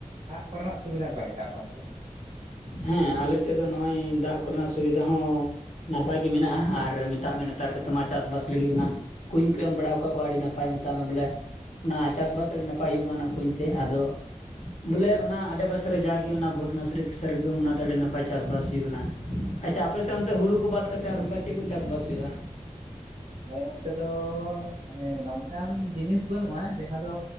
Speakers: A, on the right; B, on the left.
A: ᱟᱜ ᱠᱚᱨᱮ ᱱᱟᱜ ᱥᱩᱵᱤᱫᱷᱟ ᱚᱠᱟ ᱞᱮᱠᱟ ᱟᱯᱮ ᱚᱱᱛᱮ?
B: ᱦᱮᱸ ᱟᱞᱮ ᱥᱮᱫ ᱫᱚ ᱱᱚᱜᱼᱚᱭ ᱫᱟᱜ ᱠᱚᱨᱮ ᱱᱟᱜ ᱥᱩᱵᱤᱫᱷᱟ ᱦᱚᱸ ᱱᱟᱯᱟᱭ ᱜᱮ ᱢᱮᱱᱟᱜᱼᱟ ᱟᱨ ᱢᱮᱛᱟᱜ ᱢᱮ ᱱᱮᱛᱟᱨ ᱠᱟᱛᱮ ᱢᱟ ᱪᱟᱥᱼᱵᱟᱥ ᱞᱤᱜᱤ ᱚᱱᱟ ᱠᱩᱧ ᱠᱚ ᱮᱢ ᱵᱟᱲᱟᱣ ᱠᱟᱜ ᱠᱚᱣᱟ ᱟᱹᱰᱤ ᱱᱟᱯᱟᱭ ᱢᱮᱛᱟᱜ ᱢᱮ ᱵᱚᱞᱮ᱾ ᱚᱱᱟ ᱪᱟᱥᱼᱵᱟᱥ ᱟᱹᱰᱤ ᱱᱟᱯᱟᱭ ᱦᱩᱭᱩᱜ ᱠᱟᱱᱟ ᱚᱱᱟ ᱠᱩᱧ ᱛᱮ ᱟᱫᱚ ᱵᱚᱞᱮ ᱚᱱᱟ ᱟᱰᱮᱯᱟᱥᱮ ᱨᱮ ᱡᱟᱜᱮ ᱚᱱᱟ ᱵᱷᱳᱴ <unintelligible> ᱥᱟᱹᱨᱜᱩᱢ ᱚᱱᱟ ᱫᱚ ᱟᱹᱰᱤ ᱱᱟᱯᱟᱭ ᱪᱟᱥᱼᱵᱟᱥ ᱦᱩᱭᱩᱜ ᱠᱟᱱᱟ᱾ ᱟᱪᱪᱷᱟ ᱟᱯᱮ ᱥᱮᱜ ᱚᱱᱛᱮ ᱦᱩᱲᱩ ᱠᱩ ᱵᱟᱫ ᱠᱟᱛᱮ ᱟᱨ ᱚᱱᱠᱟ ᱪᱤᱜ ᱠᱩ ᱪᱟᱥᱼᱵᱟᱥ ᱦᱩᱭᱩᱜᱼᱟ?
A: ᱞᱮ ᱱᱚᱱᱛᱮ ᱫᱚ ᱢᱟᱱᱮ ᱱᱚᱝᱠᱟᱱ ᱡᱤᱱᱤᱥ ᱵᱟᱹᱱᱩᱜᱼᱟ ᱡᱟᱦᱟᱸ ᱫᱚ